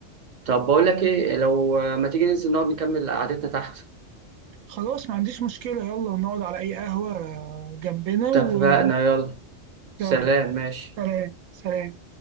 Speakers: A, on the right; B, on the right.
A: طب بقول لك ايه لو ما تيجي ننزل نقعد نكمل قعدتنا تحت
B: خلاص ما عنديش مشكلة يلا ونقعد على أي قهوة جنبنا و
A: اتفقنا يلا سلام
B: يلا
A: ماشي
B: سلام سلام